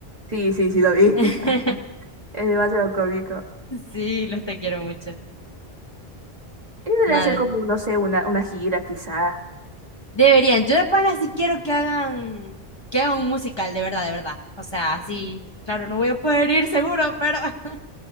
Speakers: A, on the right; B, on the left.
A: Sí, sí, sí, lo vi.
B: <laughs>
A: <laughs> Es demasiado cómico.
B: Sí, los te quiero mucho.
A: Y debe
B: Nada.
A: hacer como, no sé, una, una gira, quizá
B: Deberían, yo de pana sí quiero que hagan, que hagan un musical, de verdad, de verdad. O sea, así, claro, no voy a poder ir seguro, pero <laughs>